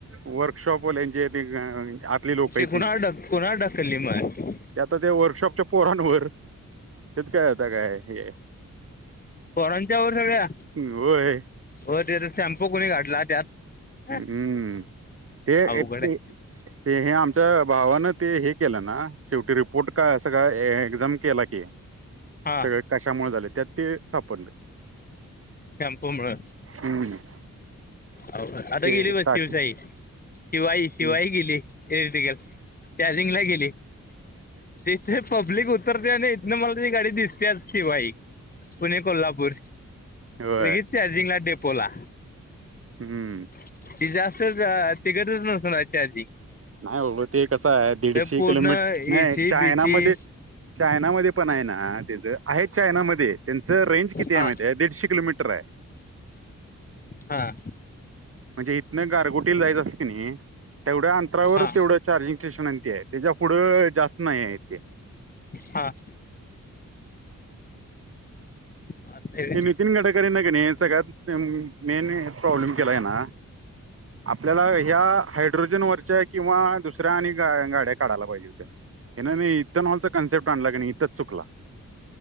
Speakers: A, on the right; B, on the left.
A: वर्कशॉप वाल्यांची ती आतली लोक आहेत
B: पुन्हा
A: त्यांची
B: ढक, पुन्हा ढकलली मग.
A: ते आता ते वर्कशॉपच्या पोरांवर त्यात काय आता काय हे
B: पोरांच्यावर सगळ्या
A: होय
B: हो त्याच्याय शॅम्पू कोणी घठला त्यात?
A: हम्म
B: हा
A: ते
B: अवघड आहे.
A: ते हे आमच्या भावानं ते हे केलं ना शेवटी रिपोर्ट काय असं का एक्झाम केला की.
B: हा
A: सगळ कशामुळे झाल त्यात ते सापडल.
B: टॅमपो भर.
A: हम्म.
B: हो आता
A: ते
B: गेली बस
A: टाके
B: शिवशाही शिवाई शिवाई
A: हम्म
B: गेली एर्टीकल. त्याजिंगला गेली तीथ पब्लिक उतरते आणि इथन मला तुझी गाडी दिसते- शिवाई, पुणे कोल्हापूर
A: होय
B: लगेच चार्जिंगला डेपोला.
A: हम्म.
B: ती जास्तच अ <unintelligible>
A: नाय बाबा ते कसंय. दीडशे
B: पूर्ण
A: किलोमीट,
B: एसी
A: नाही चायनामध्ये-
B: बीसी
A: चायनामध्ये पण आहे ना? त्याचं आहे चायना मध्ये. त्यांचं रेंज किती आहे
B: हा
A: माहितीे ए? दीडशे किलोमीटर ए.
B: हां.
A: म्हणजे इथनं गारगोटीला जायचं असलं की नाही- तेवढ्या अंतरावर
B: हा
A: तेवढं चार्जिंग स्टेशन आणि ते आहे. त्याच्या पुढं जास्त नाही आहे ते.
B: हा. होय
A: ते नितीन गडकरींनी की नाही सगळ्यात मेन प्रॉब्लेम केला आहे ना? आपल्याला ह्या हायड्रोजनवरच्या किंवा दुसऱ्या आणि ग गाड्या काढायला पाहिजे होत्या. ह्यान न हे इथन हॉलचा कन्सेप्ट आणला का नाही? इथंच चुकला.